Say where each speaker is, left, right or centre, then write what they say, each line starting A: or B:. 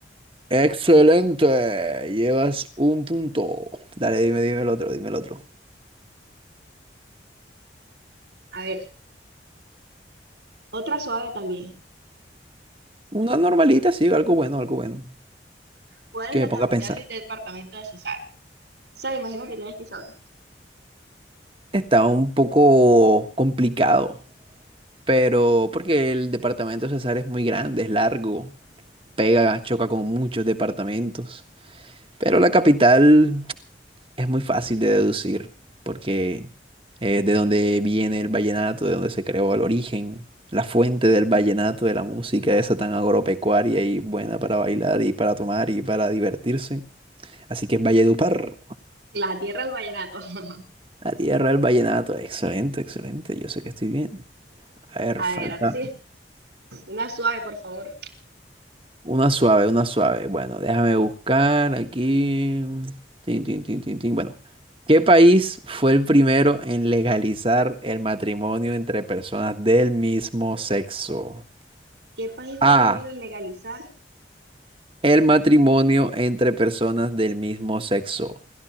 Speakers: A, on the right; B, on the right.
A: Excelente, llevas un punto. Dale, dime, dime el otro, dime el otro.
B: A ver, otra suave también.
A: Una normalita, sí, algo bueno, algo bueno.
B: ¿Cuál
A: Que
B: es la
A: me ponga
B: capital
A: a pensar.
B: del departamento de Cesar? O sea, me imagino que tienes que saber.
A: Está un poco complicado, pero porque el departamento de Cesar es muy grande, es largo, pega, choca con muchos departamentos. Pero la capital es muy fácil de deducir, porque es de donde viene el vallenato, de donde se creó el origen, la fuente del vallenato, de la música esa tan agropecuaria y buena para bailar y para tomar y para divertirse. Así que es Valledupar,
B: La tierra del vallenato. <laughs>
A: la tierra del vallenato. Excelente, excelente, yo sé que estoy bien. A ver,
B: A
A: falta
B: ver, ahora sí, una suave, por favor.
A: Una suave, una suave. Bueno, déjame buscar aquí. Tin, tin, tin, tin, tin. Bueno, ¿qué país fue el primero en legalizar el matrimonio entre personas del mismo sexo?
B: ¿Qué país fue
A: A.
B: primero en legalizar?
A: El matrimonio entre personas del mismo sexo.